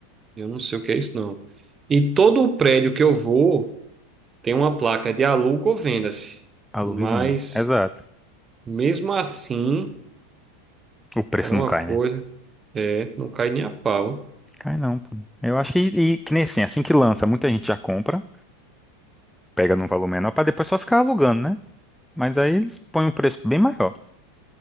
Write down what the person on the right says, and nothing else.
Eu não sei o que é isso, não. E todo o prédio que eu vou. Tem uma placa de aluga ou venda-se,
mas
mesmo assim
é uma
coisa,
é, não cai nem a pau,